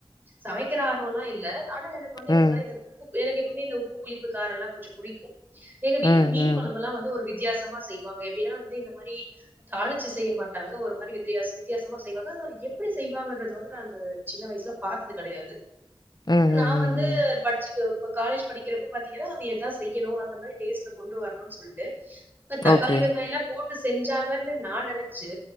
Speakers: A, on the right; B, on the left.
A: சமைக்கிற ஆர்வல்லா இல்ல ஆனா எனக்கு வந்து எப்ப
B: ம்.
A: பாத்தா இந்த உப்பு எனக்கு எப்பவுமே இந்த உப்பு புளிப்பு காரல்லா கொஞ்சோ புடிக்கு எங்க வீட்ல
B: ம்.
A: மீன்
B: ம்.
A: கொழம்பெல்லா வந்து ஒரு வித்தியாசமா செய்வாங்க எப்டின்னா வந்து இந்த மாரி தாளிச்சு செய்ய மாட்டாங்க ஒரு மாரி வித்தியாச வித்தியாசமா செய்வாங்க அத எப்டி செய்வாங்கன்றது வந்து நா இந்த சின்ன வயசுல பாத்தது கெடையாது
B: ம், ம்,
A: நா
B: ம்,
A: வந்து படிச்சுக்க இப்ப காலேஜ் படிக்கிறப்போ பாத்தீங்கன்னா அது எதேதா செய்யணு அந்த மாரி டேஸ்ட்ல கொண்டு வர்ணனு சொல்ட்டு அங்க
B: ம்.
A: தக்காளி
B: ஓகே.
A: வெங்காயல்லா போட் டு செஞ்சாங்கன்னு நா நெனச்சு